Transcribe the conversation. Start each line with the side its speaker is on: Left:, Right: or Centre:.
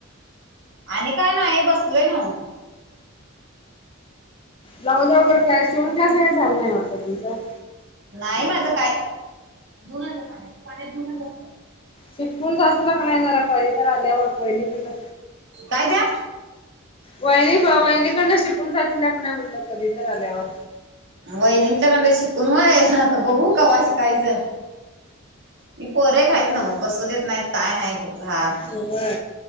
Right: आणि काय ना बसलोय ना
Left: जाऊ जा वगैरे काय शिवून क असं काही झालं नाही वाटतं तुमच
Right: नाही माझं काय धुनाचं पाण्यात पाण्यात धुनाच
Left: शिकून साजला क नाही जरा कधी तर आल्यावर पहिली पण
Right: काय द्या
Left: वैन वैनिकांना शिकून साचल्या क नाही म्हणलं कधी तर आल्यावर
Right: वईनींच्याकंड शिकून वय हा बघू कवा शिकायचं ही पोरे एक
Left: होय.
Right: हायत नव्ह बसू देत नाहीत काय नाही गप घार
Left: होय